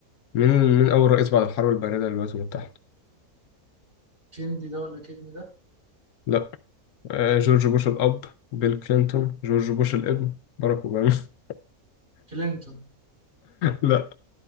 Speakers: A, on the left; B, on the right.
A: مين مين أول رئيس بعد الحرب الباردة للولايات المتحدة؟
B: كيندي ده ولا كيدني ده
A: لأ آه جورج بوش الأب بيل كلينتون جورج بوش الابن باراك أوباما <laughs>
B: كلينتون
A: لأ